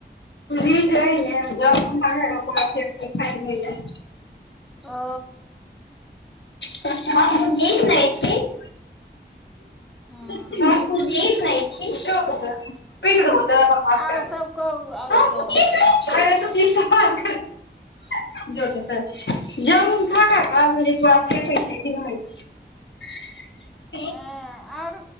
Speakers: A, on the left; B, in the centre.
A: <unintelligible>
B: ओ
A: <unintelligible>
B: हँ
A: <unintelligible> <unintelligible>
B: आओर सब कहू आओर
A: हँ
B: सब
A: जामुन खा खा आ प फइ छै खनइ छै <inaudible>
B: ह और